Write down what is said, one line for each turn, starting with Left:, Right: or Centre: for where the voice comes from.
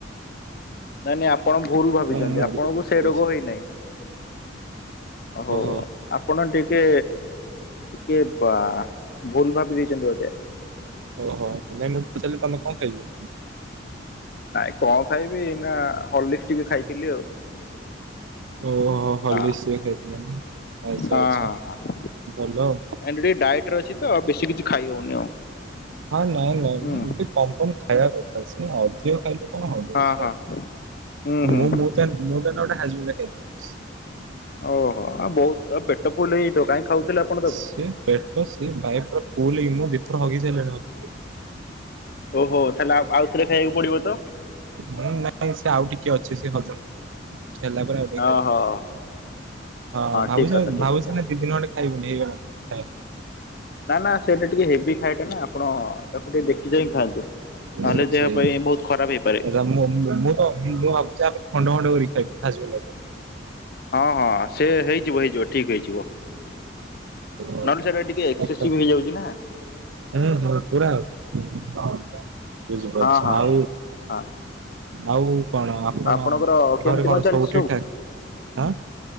Left: ନା ନାଇଁ ଆପଣ ଭୁଲ ଭାବିଛନ୍ତି,
Right: ମୁଁ ମୁଁ କାମୁଡିଥିଲି
Left: ଆପଣଙ୍କୁ ସେ
Right: କହୁଛି
Left: ରୋଗ ହୋଇନାହିଁ। ହଉ
Right: ଓହୋ
Left: ଆପଣ ଟିକେ! ଟିକେ ବା ଭୁଲ୍ ଭାବି ଦେଇଛନ୍ତି ବୋଧେ?
Right: ଓହୋ ନାଇଁ ମୁଁ ପଚାରିଲି ତମେ କଣ ଖାଇଚ?
Left: ଆ କଣ ଖାଇବି? ନା ହର୍ଲିକ୍ସ ଟିକେ ଖାଇଥିଲି ଆଉ।
Right: ଓହୋ! ହଲିକ୍ସ
Left: ହଁ
Right: ସିଏ ଖାଇଥିଲ ନା। ଆଚ୍ଛା
Left: ହଁ
Right: ଆଚ୍ଛା
Left: ହଁ। ଆଣ୍ଡ
Right: ଭଲ ଆଉ।
Left: ଟିକେ ଡାଏଟରେ ଅଛି ତ, ବେଶୀ କିଛି ଖାଇ ହଉନି ଆଉ।
Right: ହଁ, ନାଇଁ ନାଇଁ
Left: ହୁଁ
Right: ନାଇଁ ଏମିତି କମ୍ କମ୍ ଖାଇବା କଥା। ସେ ଅଧିକ ଖାଇଲେ କଣ ହବ
Left: ହଁ
Right: ସେ?
Left: ହଁ ହୁଁ ହୁଁ।
Right: ମୁଁ ମୋତ ଏନେ, ମୁଁ ତ ଏନେ ଗୋଟେ ହାଜମିଲା ଖାଇଦେଇଛି।
Left: ଓହୋ! ଆ ବହୁତ ପେଟ ଫୁଲ ହେଇଆଇଥିବ ତ କାହିଁ ଖାଉଥିଲେ ଆପଣ ତାକୁ?
Right: ସେ ପେଟ ସେ ବାଇ ପୁରା ଫୁଲ ହେଇକି, ମୁଁ ଦି ଥର ହଗି ସାଇଲିଣି। ଆଉ
Left: ଓହୋ! ତାହେଲେ ଆଉ ଆଉ ଥରେ ଖାଇବାକୁ ପଡିବ? ତ
Right: ହୁଁ ନାଇଁ ସେ ଆଉ ଟିକେ ଅଛି। ସେ ହଜମ ହେଲା ପରେ ଆଉ ଟିକେ
Left: ଓହୋ
Right: ଖାଇମି। ହଁ ଭାବୁଛି
Left: ଠିକ କଥା ଠିକ
Right: ଭାବୁଛି
Left: କଥା।
Right: ନା ଦି ଦିନ ଖଣ୍ଡେ ଖାଇବିନି ହେଇଗଲା। ହ
Left: ନା ନା ସେଇଟା ଟିକେ ହେଭି ଖାଏଟା ନା, ଆପଣ ତାକୁ ଟିକେ ଦେଖି ଚାହିଁ ଖାଆନ୍ତୁ। ନହେଲେ
Right: ସେ-ସେଇ
Left: ଦେହ ପାଇଁ
Right: ହଉଛି।
Left: ବହୁତ ଖରାପ ହେଇପାରେ।
Right: ତ ମୁଁ-ମୁଁ-କଣ ମୁଁ-ମୁଁ ଭାବୁଛି ୟା ପରେ ଖଣ୍ଡ ଖଣ୍ଡ କରି ଖାଇ <unintelligible>
Left: ହଁ ହଁ ସେ ହେଇଯିବ ହେଇଯିବ ଠିକ୍ ହେଇଯିବ।
Right: ର
Left: ନହେଲେ
Right: ତା
Left: ସେଇଟା ଟିକେ ଏକ୍ସେସିଭ
Right: ଆଚ୍ଛା।
Left: ହେଇଯାଉଛି ନା
Right: ହଁ ହୂ ପୁରା ଆଉ ବୁଝିପାରୁଛ
Left: ହଁ ହଁ
Right: ଆଉ
Left: ହଁ। ହଁ
Right: ଆଉ କଣ ଆପଣ
Left: ଆପଣଙ୍କର କେମିତି
Right: ଘରେ କଣ
Left: ଚାଲିଛି
Right: ସବୁ ଠିକ୍ ଠାକ୍ ଆଁ?